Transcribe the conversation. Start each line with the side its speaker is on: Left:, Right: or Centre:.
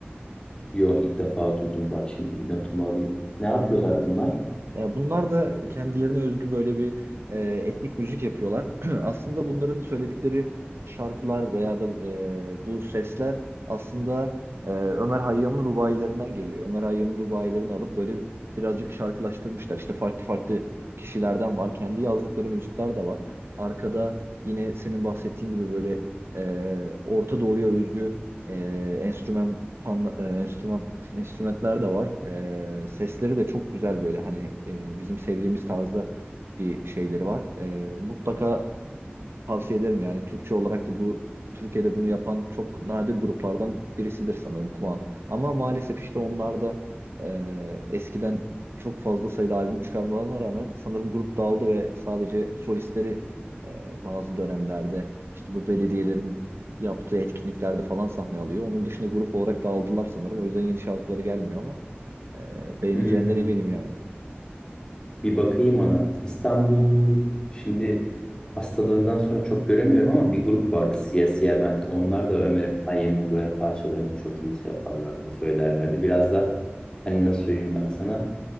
Left: Yo ilk defa duydum. Bak şimdi bir notumu alayım. Ne yapıyorlar bunlar?
Right: Ya bunlar da kendilerine özgü böyle bir e, etnik müzik yapıyorlar. <clears throat> Aslında bunların söyledikleri şarkılar veya da e, bu sesler aslında e, Ömer Hayyam'ın rubailerinden geliyor. Ömer Hayyam'ın rubailerini alıp böyle birazcık şarkılaştırmışlar. İşte farklı farklı kişilerden var. Kendi yazdıkları müzikler de var. Arkada yine senin bahsettiğin gibi böyle e, Orta Doğu'ya özgü ee, enstrüman pan- e, enstrüman enstrümanlar da var. Ee, sesleri de çok güzel böyle hani e, bizim sevdiğimiz tarzda bir şeyleri var. Ee, mutlaka tavsiye ederim yani. Türkçe olarak da bu Türkiye'de bunu yapan çok nadir gruplardan birisidir sanırım Kuan. Ama maalesef işte onlar da e, eskiden çok fazla sayıda albüm çıkarmalarına rağmen sanırım grup dağıldı ve sadece solistleri e, bazı dönemlerde işte bu belediyelerin yaptığı etkinliklerde falan sahne alıyor. Onun dışında grup olarak dağıldılar sanırım. O yüzden yeni şarkıları gelmiyor ama e, beğeneceğinden
Left: Hmm.
Right: eminim yani.
Left: Bir bakayım ona. İstanbul şimdi hastalığından sonra çok göremiyorum ama bir grup vardı Siyah Siyah Band. Onlar da Ömer Hayyam'ın böyle parçalarını çok iyi şey yaparlardı, söylerlerdi. Biraz da hani nasıl söyleyeyim ben sana